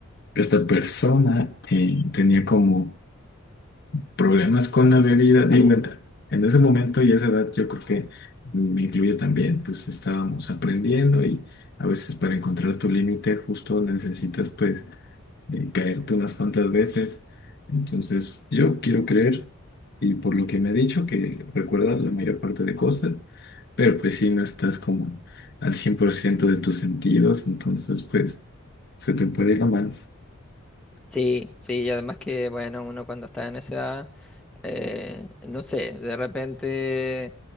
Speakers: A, on the left; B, in the centre.
A: esta persona eh, tenía como problemas con la bebida, digo, en en ese momento y esa edad yo creo que me incluye también, pues estábamos aprendiendo y a veces para encontrar tu límite justo necesitas pues eh, caerte unas cuantas veces. Entonces yo quiero creer y por lo que me ha dicho que recuerda la mayor parte de cosas, pero pues si no estás como al 100% de tus sentidos, entonces pues se te puede ir la mano.
B: Sí, sí, y además que, bueno, uno cuando está en esa edad, eh, no sé, de repente,